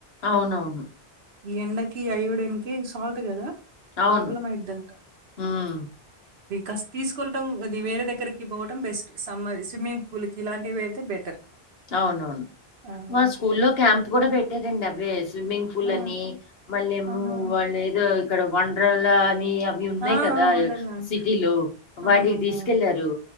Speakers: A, on the left; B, on the right.
A: అవునవును
B: ఈ ఎండకి అయోడిన్ కి సాల్ట్ కదా
A: అవును
B: ప్రాబ్లమ్ అయిద్ది అంట
A: హ్మ్.
B: ఇది కాస్ తీసుకుంటం అది వేరే దగ్గరకి పోవటం బెస్ట్ సమ్మ స్విమ్మింగ్ పూల్ కి ఇలాంటివి అయితే బెటర్
A: అవునవును
B: ఆ!
A: మా స్కూల్లో
B: లేపోతే
A: క్యాంప్ కూడా పెట్టారంండి అవే స్విమ్మింగ్ పూల్
B: ఆ!
A: అని మళ్ళీమో
B: ఆహా!
A: వాళ్ళు ఏదో ఇక్కడ వనరాల అని అవి ఉన్నాయి
B: ఆ!
A: కదా
B: ఆ! వండర్‌లాండ్.
A: సిటీలో
B: అవునవునవును.
A: వాటికి తీసుకెళ్లారు